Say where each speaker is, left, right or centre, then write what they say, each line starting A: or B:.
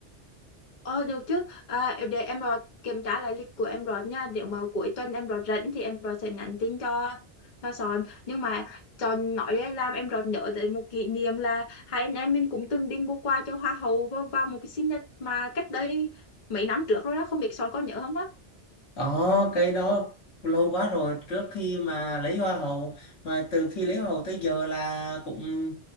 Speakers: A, on the left; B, on the left.
A: ờ được chứ à, em- để em rồi kiểm tra lại lịch của em rồi nha nếu mà cuối tuần em rồi rảnh thì em rồi sẽ nhắn tin cho cho Sòn nhưng mà Sòn nói đấy làm em rồi nhớ tới một kỷ niệm là hai anh em mình cũng từng đi mua quà cho hoa hậu vào vào một cái sinh nhật mà cách đây mấy năm trước rồi đó không biết Sòn có nhớ không á
B: Đó, cái đó lâu quá rồi trước khi mà lấy hoa hậu mà từ khi lấy hoa hậu tới giờ là cũng